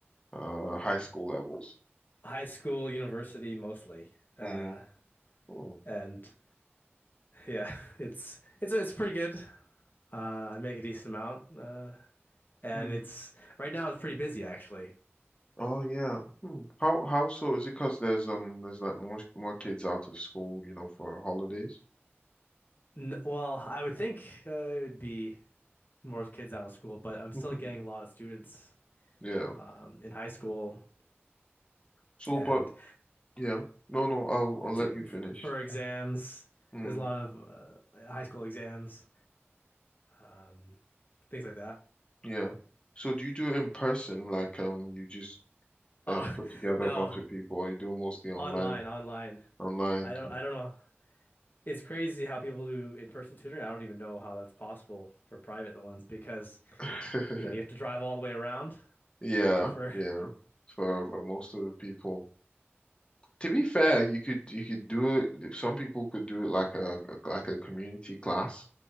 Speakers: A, on the left; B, on the left.
A: uh high school levels?
B: high school, university mostly. Uh,
A: Mm. Oh,
B: and yeah, <laughs> it's it's it's pretty good. Uh, I make a decent amount, uh, and
A: mm.
B: it's right now it's pretty busy actually.
A: Oh yeah. Hmm. How how so? Is it 'cause there's um there's like more more kids out of school, you know, for holidays?
B: N well, I would think uh, it would be more kids out of school, but I'm still
A: <laughs>
B: getting a lot of students
A: Yeah.
B: um, in high school,
A: So,
B: and
A: but yeah, no, no, I'll I'll
B: It's,
A: let
B: uh,
A: you
B: f-
A: finish.
B: for exams,
A: Hmm.
B: there's a lot of uh, high school exams, um, things like that.
A: Yeah. So do you do it in person? Like um you just
B: Oh,
A: um put together
B: <laughs> no,
A: a bunch of people or you do it mostly online?
B: online, online.
A: Online.
B: I don't, I don't know. It's crazy how people do in-person tutoring. I don't even know how that's possible for private ones because,
A: Okay.
B: you know, you
A: <laughs>
B: have to drive all the way around
A: Yeah,
B: for,
A: yeah. For for most of the people. To be fair, you
B: <laughs>
A: could you could do it some people could do it like a like a community class.